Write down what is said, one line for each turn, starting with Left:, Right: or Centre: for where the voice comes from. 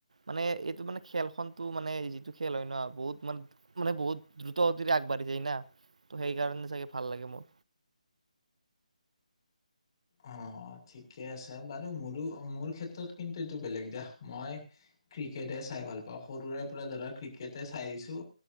Right: মানে এইটো মানে খেলখনতো মানে যিটো খেল হয় ন বহুত মানে মানে বহুত দ্ৰুত গতিৰে আগবঢ়ি যায় না‌‌ সেইকাৰণে চাগে ভাল লাগে মোৰ
Left: অ' ঠিকে আছে বাৰু মোৰো মোৰ ক্ষেত্ৰত কিন্তু এইটো বেলেগ দিয়া মই ক্ৰিকেটহে চাই ভাল পাওঁ সৰুৰে পৰা ধৰা ক্ৰিকেটে চাই আহিছো